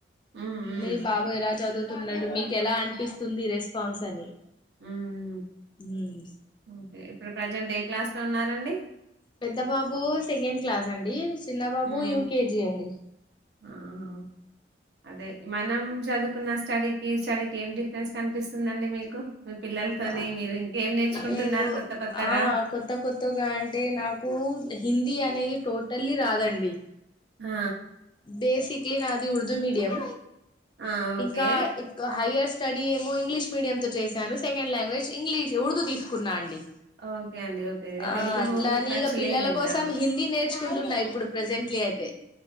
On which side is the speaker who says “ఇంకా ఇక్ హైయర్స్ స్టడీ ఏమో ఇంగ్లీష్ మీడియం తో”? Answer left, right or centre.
Left